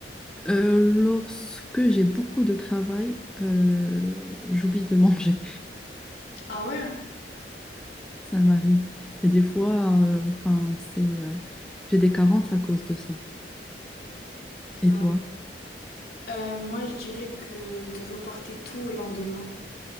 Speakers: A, in the centre; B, on the left.
A: Euh, lorsque j'ai beaucoup de travail, euh, j'oublie de <laughs> manger.
B: Ah ouais?
A: Ça m'arrive. Et des fois, euh, enfin, c'est, euh, j'ai des carences à cause de ça.
B: Ouais.
A: Et toi?
B: Euh, moi, je dirais que de reporter tout au lendemain.